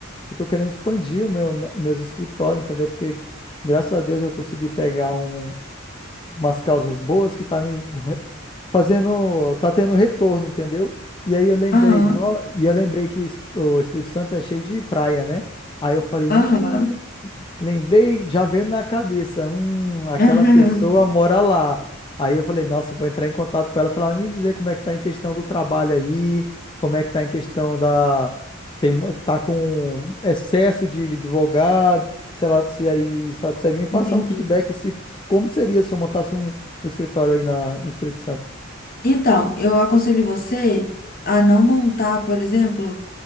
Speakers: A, on the left; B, on the left.
A: eu tô querendo expandir o meu, meus escritórios, entendeu? Porque graças a Deus eu consegui pegar um umas causas boas que tá me fazendo, tá tendo retorno, entendeu? E aí eu lembrei,
B: aham,
A: no, e eu lembrei que es- o Espírito Santo é cheio de praia, né? Aí eu falei,
B: aham,
A: hum, lembrei, já veio na cabeça, hum, aquela
B: aham,
A: pessoa mora lá. Aí eu falei, nossa, eu vou entrar em contato com ela para ela me dizer como é que tá em questão do trabalho aí, como é que tá em questão da tem mu- tá com excesso de, de advogado, se ela se aí, se ela consegue me passar
B: <laughs> entendi.
A: um feedback se como seria se eu montasse um, um escritório aí na, em Espírito Santo?
B: Então, eu aconselho você a não montar, por exemplo.